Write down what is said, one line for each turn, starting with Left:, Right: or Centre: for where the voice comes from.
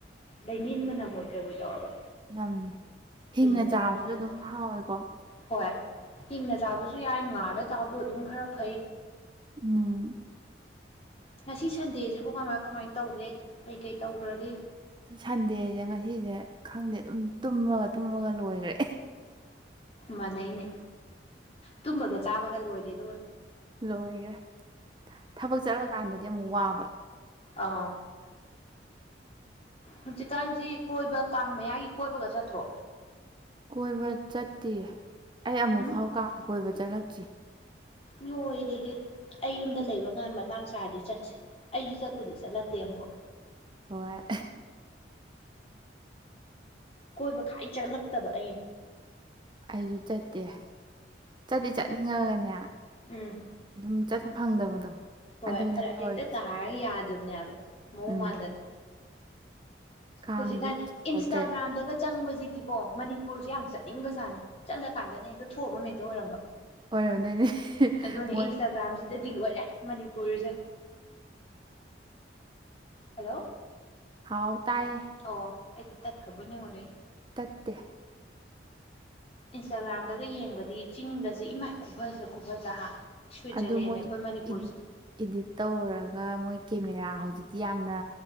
Left: ꯂꯩꯅꯤꯡꯟꯕ ꯅꯝꯃꯣꯏ ꯀꯩꯕꯨꯣꯏ ꯇꯧꯔꯒ
Right: ꯅꯝꯃꯦ ꯍꯤꯡꯅ
Left: ꯍꯩꯅꯗꯕꯅꯤ
Right: ꯆꯥꯕꯁꯨ
Left: ꯑꯗꯨꯗꯣ
Right: ꯑꯗꯨꯝ ꯍꯥꯎꯋꯦꯀꯣ
Left: ꯍꯣꯏ ꯍꯤꯡꯅ ꯆꯥꯕꯁꯨ ꯌꯥꯏ ꯉꯥꯒ ꯆꯥꯕꯗ ꯑꯗꯨꯝ ꯈꯔ ꯐꯩ
Right: ꯎꯝ
Left: ꯉꯁꯤ ꯁꯟꯗꯦꯁꯤꯕꯨ ꯀꯃꯥꯏ ꯀꯃꯥꯏꯅ ꯇꯧꯒꯦ ꯀꯩꯀꯩ ꯇꯧꯈ꯭ꯔꯒꯦ
Right: ꯁꯟꯗꯦꯁꯦ ꯉꯁꯤꯁꯦ ꯈꯪꯗꯦ ꯑꯗꯨꯝ ꯇꯨꯝꯃꯒ ꯇꯨꯝꯃꯒ ꯂꯣꯏꯈ꯭ꯔꯦ
Left: ꯃꯥꯟꯅꯩꯅꯦ ꯇꯨꯝꯕꯒ ꯆꯥꯕꯒ ꯂꯣꯏꯔꯦ ꯑꯗꯨꯒ
Right: ꯂꯣꯏꯈ꯭ꯔꯦ ꯊꯕꯛ ꯆꯠꯂꯀꯥꯟꯗꯗꯤ ꯑꯃꯨꯛ ꯋꯥꯕ
Left: ꯑ ꯍꯧꯖꯤꯛꯀꯥꯟꯁꯤ ꯀꯣꯏꯕ ꯀꯥꯡ ꯃꯌꯥꯒꯤ ꯀꯣꯏꯕꯒ ꯆꯠꯇ꯭ꯔꯣ
Right: ꯀꯣꯏꯕ ꯆꯠꯇꯦ ꯑꯩ ꯑꯃꯨꯛ
Left: ꯎꯝ
Right: ꯐꯥꯎ ꯀ ꯀꯣꯏꯕ ꯆꯠꯂꯛꯇ꯭ꯔꯤ
Left: ꯂꯣꯏꯔꯦꯍꯦ ꯑꯩ ꯌꯨꯝꯗ ꯂꯩꯕꯀꯥꯟ ꯃꯇꯥꯡ ꯆꯥꯗꯤ ꯆꯠꯁꯤ ꯑꯩꯁꯨ ꯆꯠꯄꯨꯗꯤ ꯆꯠꯂꯛꯇꯦ ꯑꯃꯨꯐꯣꯛ
Right: ꯑ
Left: ꯀꯣꯏꯕ ꯈꯥꯏ ꯆꯠꯂꯛꯇꯕ ꯑꯩꯅ
Right: ꯑꯩꯁꯨ ꯆꯠꯇꯦ ꯆꯤ ꯆꯠꯅꯤꯡꯉꯒꯅꯦ
Left: ꯎꯝ
Right: ꯑꯗꯨꯝ ꯆꯠꯄ ꯐꯪꯗꯕꯗꯣ
Left: ꯍꯣꯏ
Right: ꯑꯗꯨꯅꯦ
Left: ꯐꯔ
Right: ꯇꯧꯔꯤꯁꯦ
Left: ꯍꯦꯛꯇ ꯇꯥꯔꯒ ꯌꯥꯗꯕꯅꯦꯕ ꯃꯑꯣꯡ
Right: ꯎꯝ
Left: ꯃꯥꯟꯗꯅ
Right: ꯀꯥꯡꯁꯨ
Left: ꯍꯧꯖꯤ ꯀ
Right: ꯀꯨꯏꯁꯜꯂꯛꯇ꯭ꯔꯦ
Left: ꯏꯟꯁꯇꯥꯒ꯭ꯔꯥꯝꯗ ꯍꯦꯛꯇ ꯆꯪꯕꯁꯤꯗꯤꯀꯣ ꯃꯅꯤꯄꯨꯔꯁꯦ ꯌꯥꯝ ꯆꯠꯅꯤꯡꯕ ꯁꯥꯅꯤ ꯆꯠꯂꯀꯥꯟꯗꯅ ꯍꯦꯛꯇ ꯊꯣꯛꯑꯕ ꯍꯦꯛꯇ ꯑꯣꯏꯔꯝꯕ
Right: ꯑꯣꯏꯔꯣꯝꯗꯣꯏꯅꯦ
Left: ꯑꯗꯨꯅꯦ
Right: ꯃꯣꯏ
Left: ꯏꯟꯁꯇꯥꯒ꯭ꯔꯥꯝꯁꯤꯗꯗꯤ ꯂꯣꯏꯔꯦ ꯃꯅꯤꯄꯨꯔꯁꯦ ꯍꯜꯂꯣ
Right: ꯍꯥꯎ ꯇꯥꯏ
Left: ꯑꯣ ꯑꯩꯗꯤ ꯇꯠꯈꯕꯨ ꯅꯡꯉꯣꯅꯤ
Right: ꯇꯠꯇ
Left: ꯏꯟꯁꯇꯥꯒ꯭ꯔꯥꯝꯗꯒ ꯌꯦꯡꯕꯗꯤ ꯆꯤꯡꯗꯁ ꯏꯃꯥ ꯈꯨꯐ ꯈꯨꯐꯖꯥꯍ ꯁ꯭ꯋꯤꯠꯖꯔꯂꯦꯟꯅꯦ
Right: ꯑꯗꯨ ꯃꯣꯏ
Left: ꯑꯩꯈꯣꯏ ꯃꯅꯤꯄꯨꯔꯁꯦ
Right: ꯏꯗꯤꯠ ꯏꯗꯤꯠ ꯇꯧꯔꯒ ꯃꯣꯏ ꯀꯦꯃꯦꯔꯥ ꯍꯧꯖꯤꯛꯇꯤ ꯌꯥꯝꯅ